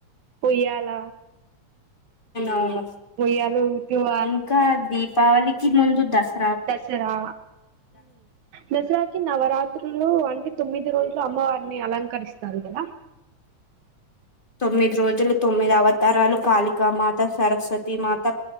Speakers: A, on the right; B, on the left.
A: ఉయ్యాల
B: అవును
A: ఉయ్యాలు ఊతువ
B: ఇంకా దీపావళికి ముందు దస్
A: దసరా దసరాకి నవరాత్రులు అంటే తొమ్మిది రోజులు అమ్మ వారిని అలంకరిస్తారు గదా
B: తొమ్మిది రోజులు తొమ్మిది అవతారాలు కాళికా మాత సరస్వతీ మాత